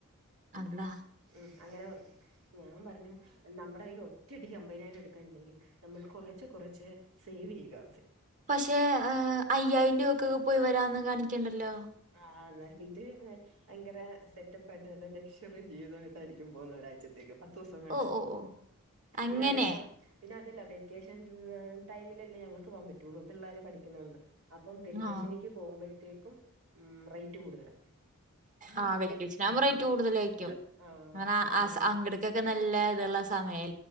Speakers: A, on the right; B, on the right.
A: അള്ളാഹ്.
B: ഉം അങ്ങനെ പർഞ്ഞു ഞാൻ പറഞ്ഞു നമ്മുടെ കയ്യിൽ ഒ ഒറ്റടിക്ക് അമ്പതിനായിരം എടുക്കാൻ ഇല്ലങ്കിൽ നമ്മൾ കുറേചേ കുറേചേ സേവ് ചെയ്യുകാ
A: പക്ഷേ അയ്യായിരം രൂപക്കെക്കെ പോയി വരാന്ന് കാണിക്ക്ണ്ടല്ലോ?
B: ആഹ് ഇത് ഭയങ്കര സെറ്റപ്പ് ആയിട്ട് നല്ല ലക്ഷ്വറി ജീവിതമായിട്ടായിരിക്കും പോകുന്ന ഒരാഴ്ചത്തേക്ക്. തോസംകൊണ്ട്
A: ഓ ഓ ഓ അങ്ങനെ
B: പിന്നെ അതുവല്ല പിന്നെ അതെല്ലാ വെ വെക്കേഷൻ ടൈമിലല്ലേ ഞങ്ങക്ക് പോകാൻ പറ്റുള്ളൂ. പിള്ളാര് പഠിക്കുനോണ്ട് അപ്പം വെക്കേഷനിക്ക്
A: ആ
B: പോകുമ്പോഴത്തേക്കും റേറ്റ് കൂടുതലാ.
A: ആഹ് വെക്കേഷൻ ആകുബോ റൈറ്റ് കൂടുതലേയിരിക്കും
B: ആഹ്
A: ആ
B: അത്
A: ആസാ അങ്ങ്ട്ക്കൊക്കെ നൽ ല്ല ഇതുള്ള സമയം.